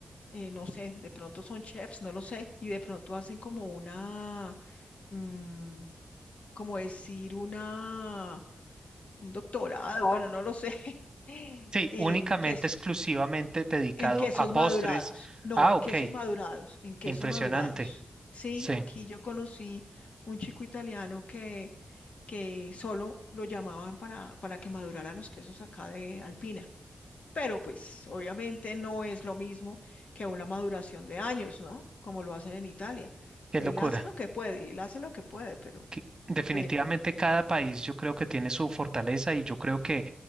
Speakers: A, on the left; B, on the right.
A: eh, no sé, de pronto son chefs, no lo sé, y de pronto hacen como una, mm, como decir, una, un doctorado, bueno, no lo sé, <laughs>
B: Sí,
A: en
B: únicamente,
A: que
B: exclusivamente dedicado
A: En quesos
B: a postres.
A: madurados. No,
B: Ah,
A: en
B: ok,
A: quesos madurados. En quesos
B: impresionante.
A: madurados. Sí,
B: Sí,
A: aquí yo conocí un chico italiano que, que solo lo llamaban para, para que madurara los quesos acá de Alpina. Pero pues obviamente no es lo mismo que una maduración de años, ¿no? Como lo hacen en Italia.
B: qué
A: Él
B: locura.
A: hace lo que puede, él hace lo que puede, pero,
B: Que- Definitivamente
A: pero,
B: cada país yo creo que tiene su fortaleza y yo creo que